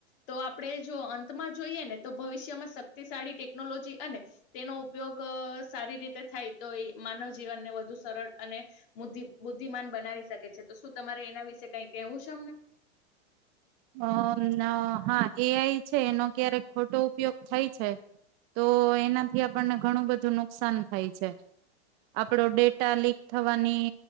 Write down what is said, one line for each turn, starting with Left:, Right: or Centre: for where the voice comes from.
Left: તો આપણે જો અંતમાં જોઈએ ને તો ભવિષ્યમાં શક્તિશાળી ટેકનોલોજી અને તેનો ઉપયોગ સારી રીતે થાય તો એ માનવ જીવનને વધુ સરળ અને મુદ્ધિ બુદ્ધિમાન બનાવી શકે છે. તો શું તમારે એના વિશે કઈ કેવું છે અમને?
Right: અમ હા એ આઈ છે, એનો ક્યારેક ખોટો ઉપયોગ થાય છે, તો એનાથી આપણને ઘણું બધું નુકસાન થાય છે. આપડો ડેટા લીક થવાની